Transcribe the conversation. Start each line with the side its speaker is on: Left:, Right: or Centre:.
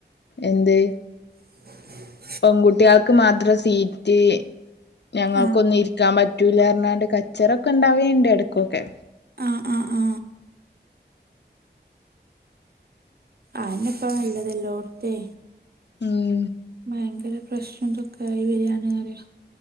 Left: എന്ത്
Right: <inaudible>
Left: പെൺകുട്ട്യാൾക്ക് മാത്രം സീറ്റ് ഞങ്ങൾക്ക്
Right: ആഹ്
Left: ഒന്നും ഇരിക്കാൻ പറ്റ റ്റുലന്ന്റാഞ്ഞാണ്ട് കച്ചറൊക്കെ ഉണ്ടാവൽ ഇൻണ്ട് എടക്ക് ഒക്കെ
Right: ആ ആ ആ ആയ്നെപ്പം നല്ലത് എല്ലാഓട്ത്തെ
Left: ഉം
Right: ഭയങ്കര പ്രശ്നംന്തൊക്കൊയി വെരാണ് ന്ന് പറയാ